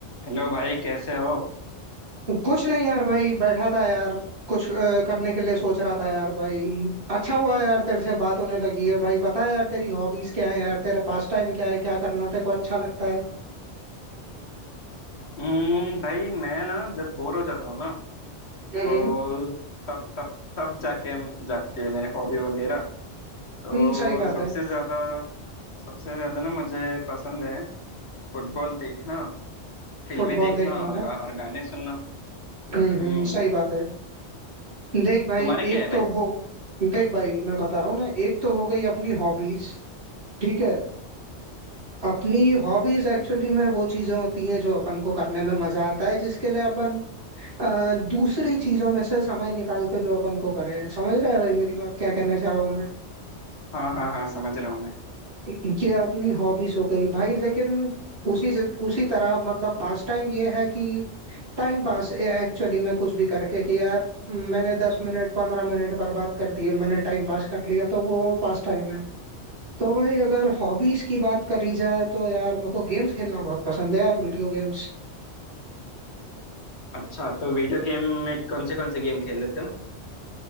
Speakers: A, on the left; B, on the right.
A: Hello भाई कैसे हो
B: कुछ नहीं यार भाई बैठा था यार कुछ अ, करने के लिए सोच रहा था यार भाई अच्छा हुआ यार तेरे से बात होने लगी है भाई बता यार तेरी हॉबीज क्या है यार तेरा पास टाइम क्या है क्या करना तेरे को अच्छा लगता है
A: हम्म भाई मैं ना जब बोर हो जाता हूँ ना
B: हम्म
A: तो तब तब तब जाके जागती है मेरी हॉबी वगैरह तो
B: हम्म सही बात
A: सबसे
B: है
A: ज्यादा सबसे ज्यादा ना मुझे पसंद है फुटबॉल देखना फिल्में
B: फुटबॉल
A: देखना
B: देखना
A: और,
B: ना
A: गा, और गाने सुनना
B: हम्म हम्म
A: हम्म
B: सही बात है देख भाई
A: तुम्हारे क्या
B: एक
A: है भाई
B: तो हो देख भाई मैं बता रहा हूँ ना एक तो हो गई अपनी हॉबीज ठीक है अपनी हॉबीज एक्चुअली में वो चीजें होती हैं जो अपन को करने में मजा आता है जिसके लिए अपन अ, दूसरी चीजों में से समय निकाल के जो अपन को करें समझ रहा है भाई मेरी बात क्या कहना चाह रहा हूँ मैं
A: हाँ हाँ हाँ समझ रहा हूँ मैं
B: ये अपनी हॉबीज हो गई भाई लेकिन उसी जित- उसी तरह मतलब पास टाइम ये है कि टाइम पास एक्चुअली मैं कुछ भी करके कि यार मैंने दस मिनट पंद्रह मिनट बर्बाद कर दिए मैंने टाइम पास कर लिया तो वो पास टाइम है तो भाई अगर हॉबीज की बात करी जाए तो यार मेरे को गेम्स खेलना बहुत पसंद है यार वीडियो गेम्स
A: अच्छा तो वीडियो गेम में कौन से कौन से गेम खेल लेते हो